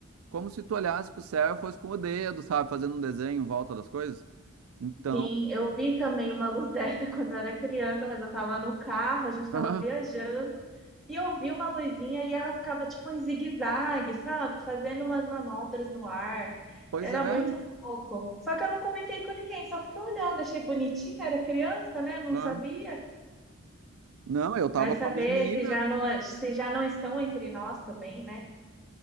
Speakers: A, on the right (about 80°); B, in the centre.
A: como se tu olhasse pro céu e fosse com o dedo, sabe? Fazendo um desenho em volta das coisas. Então,
B: Sim, eu vi também uma luz dessa <laughs> quando eu era criança, mas eu tava no carro, a gente tava
A: <laughs>
B: viajando, e eu vi uma luzinha e ela ficava tipo em zigue-zague, sabe? Fazendo umas manobras no ar.
A: pois
B: Era
A: é.
B: muito louco. Só que eu não comentei com ninguém, só fiquei olhando, achei bonitinha, era criança, né? Não
A: ah.
B: sabia.
A: Não, eu tava
B: Vai saber
A: com a minha amiga.
B: se já não, é, se já não estão entre nós também, né?